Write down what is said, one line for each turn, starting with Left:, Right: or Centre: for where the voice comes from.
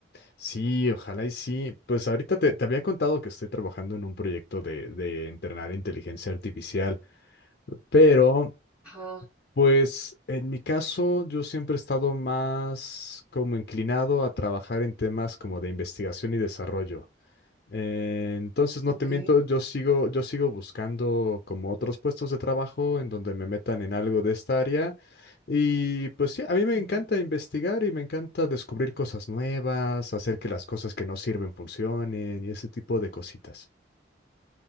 Left: sí, ojalá y sí. Pues ahorita te, te había contado que estoy trabajando en un proyecto de, de entrenar inteligencia artificial, pero
Centre: Ajá,
Left: pues en mi caso yo siempre he estado más como inclinado a trabajar en temas como de investigación y desarrollo. Eh, entonces, no
Centre: ok.
Left: te miento, yo sigo, yo sigo buscando como otros puestos de trabajo en donde me metan en algo de esta área. Y pues sí, a mí me
Centre: Ujú.
Left: encanta investigar y me encanta descubrir cosas nuevas, hacer que las cosas que no sirven funcionen y ese tipo de cositas.